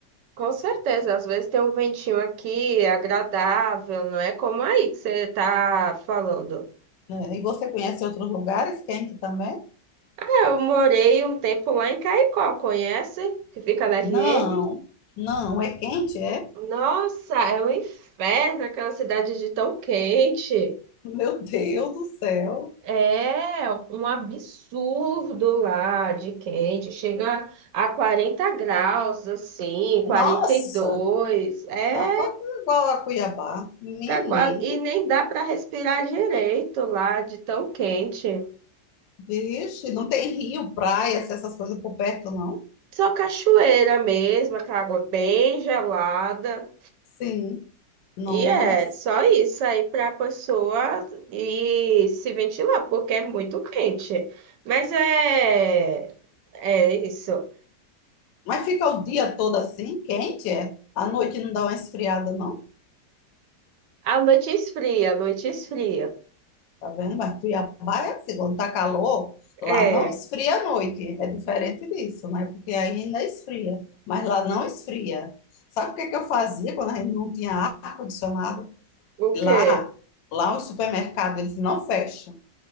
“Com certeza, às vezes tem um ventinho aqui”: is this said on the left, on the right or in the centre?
Right